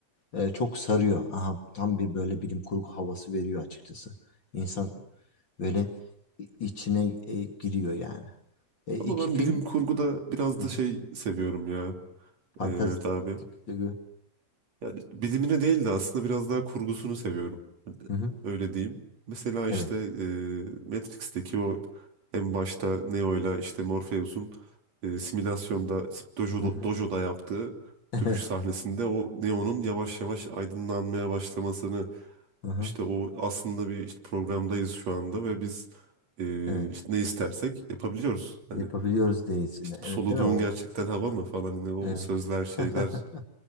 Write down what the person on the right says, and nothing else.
Ama ben
bilim kurguda biraz
da
şey seviyorum ya
e, Mehmet abi.
Yani bilimini değil de aslında biraz daha kurgusunu seviyorum.
Öyle diyeyim. Mesela
işte e, Matrix'teki o en başta Neo'yla işte Morpheus'un e, simülasyonda dojo,
dojo'da yaptığı
dövüş sahnesinde o Neo'nun yavaş yavaş aydınlanmaya başlamasını
işte o aslında bir işte programdayız şu anda ve biz e,
işte ne istersek yapabiliyoruz. Hani
işte bu
soluduğun
gerçekten hava mı falan hani o
sözler şeyler